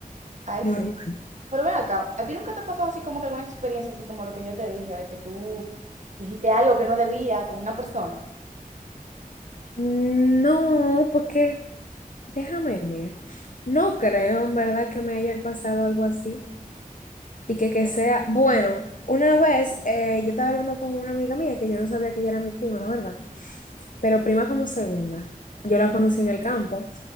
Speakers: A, on the right; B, on the left.
A: Ahí
B: Normal.
A: sí. Pero ven acá, ¿a ti nunca te ha pasado así como que alguna experiencia así como lo que yo te dije, de que tú dijiste algo que no debía con una persona?
B: No, porque déjame ver. No creo en verdad que me haya pasado algo así. Y que, que sea, bueno, una vez eh, yo estaba hablando con una amiga mía que yo no sabía que ella era mi prima, ¿verdad? Pero prima como segunda. Yo la conocí en el campo.